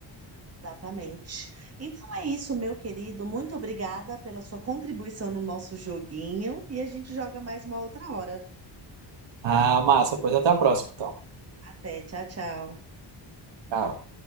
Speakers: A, on the right; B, on the right.
A: Exatamente. Então é isso, meu querido, muito obrigada pela sua contribuição no nosso joguinho e a gente joga mais uma outra hora.
B: Ah, massa. Pois até a próxima, então.
A: Até, tchau, tchau.
B: Tchau.